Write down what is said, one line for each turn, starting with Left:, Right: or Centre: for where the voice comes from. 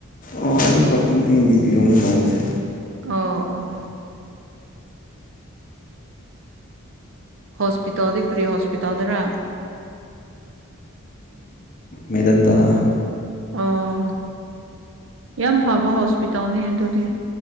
Left: ꯑꯣ ꯑꯗꯨ ꯈꯛꯇꯅ ꯑꯡ ꯕꯤꯕꯤꯌꯣꯅ ꯇꯧꯧꯕꯁꯦ
Right: ꯑꯣ ꯑꯣ ꯍꯣꯁꯄꯤꯇꯥꯜꯗ ꯀꯔꯤ ꯍꯣꯁꯄꯤꯇꯥꯜꯗꯔ
Left: ꯃꯦꯗꯇ
Right: ꯑꯣ ꯌꯥꯝ ꯐꯕ ꯍꯣꯁꯄꯤꯇꯥꯜꯅꯤ ꯑꯗꯨꯗꯤ